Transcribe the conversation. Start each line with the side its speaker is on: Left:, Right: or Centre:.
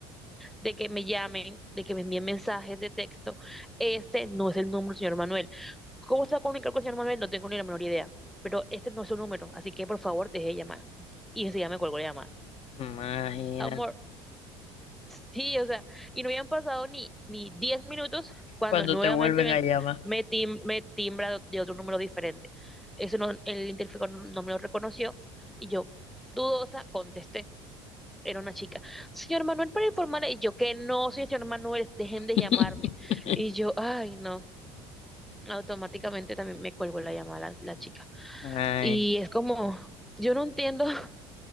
Centre: de que me llamen, de que me envíen mensajes de texto. Este no es el número del señor Manuel. ¿Cómo se va a comunicar con el señor Manuel? No tengo ni la menor idea. Pero este no es su número, así que por favor deje de llamar. Y enseguida me colgó la llamada.
Left: Imagínate.
Centre: Amor, Sí, o sea, y no habían pasado ni, ni 10 minutos cuando
Left: Cuando
Centre: nuevamente
Left: te vuelven
Centre: me,
Left: a llamar.
Centre: me, tim- me timbra de otro número diferente. Eso no, el interfijo no me lo reconoció y yo, dudosa, contesté. Era una chica. Señor Manuel, para informarle, y yo que no, soy el señor Manuel, dejen
Left: <laughs>
Centre: de llamarme. Y yo, ay, no, automáticamente también me cuelgo la llamada la, la chica.
Left: Ay,
Centre: Y es como, yo no entiendo <laughs>